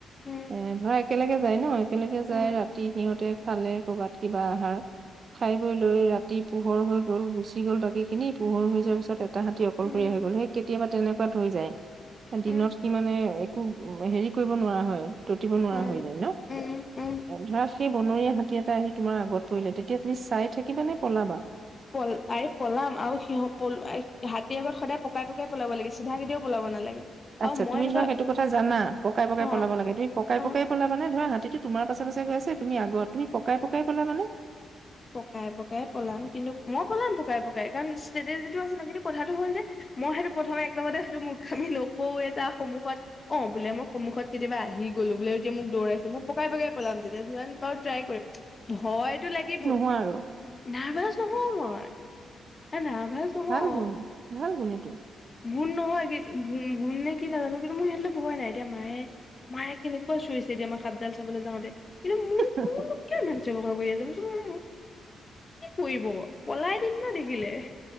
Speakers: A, on the left; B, on the right.
A: উম
B: এ ধৰা একেলগে যায় ন'। একেলগে যায়
A: উম
B: ৰাতি সিহঁতে খালে কৰ'বাত কিবা আহাৰ, খাই বৈ লৈ ৰাতি তি পোহৰ হৈ গ'ল গুচি গ'ল বাকী খিনি, পোহৰ হৈ যোৱাৰ পিছত এটা হাতী
A: উম
B: অকলশৰীয়া হৈ গ'ল সেই কেতিয়াবা তেনে কোৱাত হৈ যায়,
A: উম
B: দিনত কি মানে একো হেৰি কৰিব নোৱাৰা হয়। উতিব নোৱাৰা
A: উম
B: হৈ যায় ন',
A: উম উম
B: ধৰা সেই বনৰীয়া হাতী এটা আহি তোমাৰ আগত পৰিলে তেতিয়া তুমি চাই থাকিবা নে পলাবা?
A: পল আৰে পলাম আৰু সিহ-হাতীৰ আগত সদায় পকাই পকাই পলাব লাগে চিধা কেতিয়াও পলাব নালাগে।
B: আচ্ছা
A: আৰু মই
B: তুমি
A: এনেকুৱা
B: ধৰা সেইটো কথা জানা পকাই পকাই
A: অ
B: পলাব লাগে তুমি পকাই
A: অ
B: পকাই পলাৱানে ধৰা হাতী টো তোমাৰ পাছ পাছে গৈ আছে, তুমি আগত তুমি পকাই পকাই পলা‌ৱানে?
A: পকাই পকাই পলাম কিন্তু, মই পলাম পকাই পকাই কাৰণ ষ্ট্ৰেটেজিটো আছে না কিন্তু কথাটো হ'ল যে মই সেইটো প্ৰথমে এক নম্বৰতে হেইটো মোৰখা্মি‌ নকৰোৱে তাৰ সন্মুখত। অ', বোলে মই সন্মুখত কেতিয়াবা আহি গ'লো বোলে এতিয়া মোক দৌৰাইছে মই পকাই পকাই পলাম তেতিয়া, যিমান পাৰোঁ ট্ৰাই কৰিম, ভয়টো লাগিবই।
B: কোৱা আৰু।
A: নাৰ্ভাছ নহওঁ মই, নাৰ্ভাচ নহওঁ।
B: ভাল গুণ ভাল গুণ এইটো
A: গুণ নহয় কি গুণ নে কি নাজানো কিন্তু মোৰ সেইতোলৈ ভয় নাই, এতিয়া মায়ে মায়ে কেনেকুৱা চিঞৰিছে তেতিয়া মই সাপডাল চাবলৈ যাওঁতে কিন্তু ম
B: <inaudible>
A: মোক কিয় ইমান চিঞৰ বাখৰ কৰি আছা মই কৈছো অহ কি কৰিব পলাই দিম না দেখিলে।